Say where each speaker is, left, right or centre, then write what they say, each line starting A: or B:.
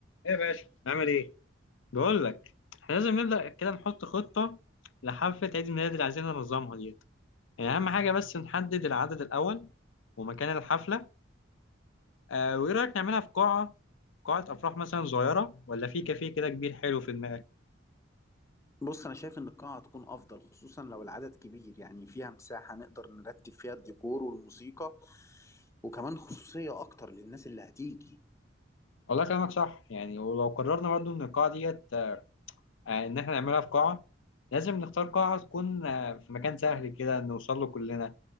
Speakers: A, on the left (about 85°); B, on the left (about 15°).
A: ايه يا باشا نعمل ايه؟ بقول لك احنا لازم نبدأ كده نحط خطة لحفلة عيد الميلاد اللي عايزين ننظمها ديت يعني أهم حاجة بس نحدد العدد الأول ومكان الحفلة آه وإيه رأيك نعملها في قاعة في قاعة أفراح مثلا صغيرة ولا في كافيه كده كبير حلو في دماغك؟
B: بص انا شايف ان القاعه هتكون افضل خصوصا لو العدد كبير يعني فيها مساحه نقدر نرتب فيها الديكور والموسيقى وكمان خصوصيه اكتر للناس اللي هتيجي
A: والله كلامك صح يعني ولو قررنا برضه إن القاعة ديت آه إن احنا نعملها في قاعة لازم نختار قاعة تكون آه في مكان سهل كده نوصل له كلنا